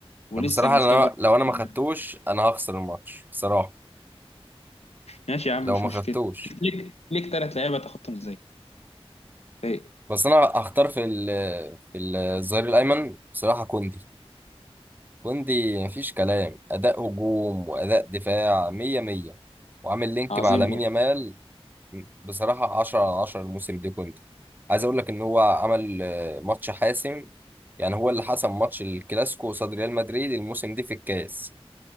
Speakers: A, on the left; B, on the right.
A: ولسه
B: بصراحه
A: المستقبل
B: انا لو
A: <laughs> قدامنا.
B: انا ما خدتوش انا هخسر الماتش بصراحه
A: ماشي يا عم
B: لو
A: مش
B: ما
A: مشكلة
B: خدتوش
A: ليك ليك تلات لعيبة تاخدهم إزاي إيه
B: بس انا هختار في ال... في الظهير الايمن بصراحه كوندي كوندي مفيش كلام اداء هجوم واداء دفاع مية مية وعامل لينك
A: عظيم
B: مع لامين
A: برضه
B: يامال بصراحة 10 على 10 الموسم ده كنت عايز أقول لك إن هو عمل آه، ماتش حاسم يعني هو اللي حسم ماتش الكلاسيكو قصاد ريال مدريد الموسم ده في الكاس